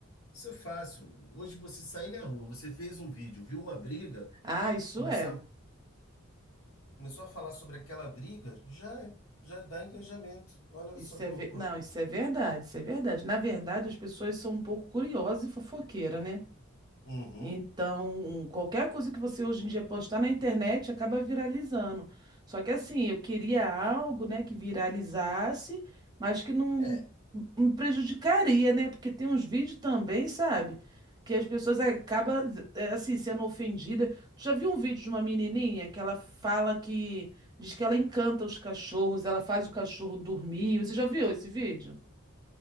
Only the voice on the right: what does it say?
Ah, isso
é.
Isso
é ve-
Não, isso é verdade, isso é verdade. Na verdade, as pessoas são um pouco curiosas e fofoqueiras, né?
Então, qualquer coisa que você hoje em dia postar na internet acaba viralizando. Só que assim, eu queria algo, né, que viralizasse, mas que não
me prejudicaria, né? Porque tem uns vídeos também, sabe? Que as pessoas acabam, eh, assim, sendo ofendidas. Tu já viu um vídeo de uma menininha que ela fala que... Diz que ela encanta os cachorros, ela faz o cachorro dormir. Você já viu esse vídeo?